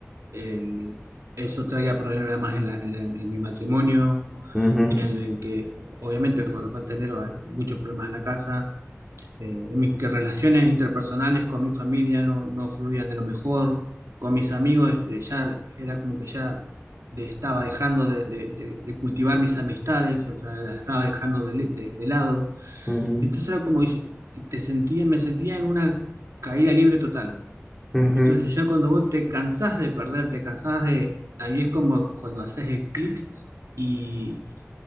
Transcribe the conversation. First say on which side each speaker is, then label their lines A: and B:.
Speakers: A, on the right; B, in the centre.
A: el- eso traía problemas en, la- en la- en mi matrimonio,
B: ujú,
A: en el que, obviamente, cuando falta dinero hay muchos problemas en la casa, eh, en mis que relaciones interpersonales con mi familia no, no fluían de lo mejor, con mis amigos este, ya era como que ya de- estaba dejando de, de- de- de cultivar mis amistades, o sea, las estaba dejando de de- de lado.
B: ujú,
A: Entonces era como que te sentía, me sentía en una caída libre total.
B: ujú,
A: Entonces ya cuando vos te cansás de perder, te cansás de... Ahí es como cuando haces el clic y,